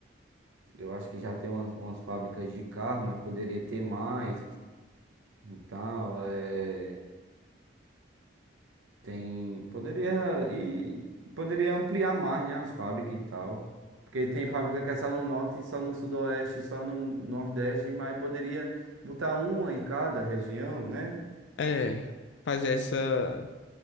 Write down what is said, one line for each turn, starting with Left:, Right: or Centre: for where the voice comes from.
Right: eu acho que já tem umas, umas fábricas de carro, mas poderia ter mais e tal. é, Tem, poderia e poderia ampliar mais, né, as fábricas e tal. Porque tem fábrica que é só no norte, só no sudoeste, só no nordeste, mas poderia botar uma em cada região, né?
Left: É, fazer essa,